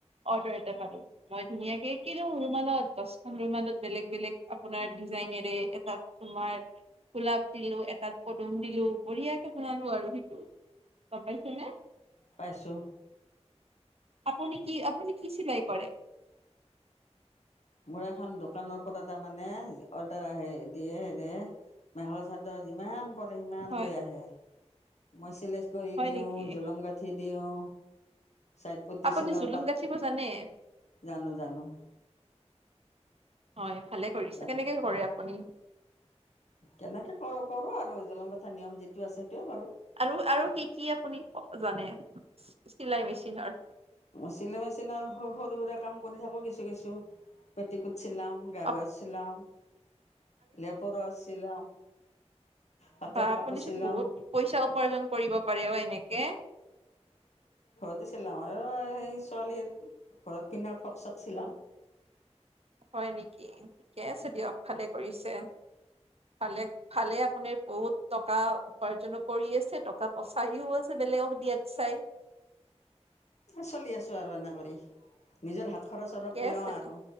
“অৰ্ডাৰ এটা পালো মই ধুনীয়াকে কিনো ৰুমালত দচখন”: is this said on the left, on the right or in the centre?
Right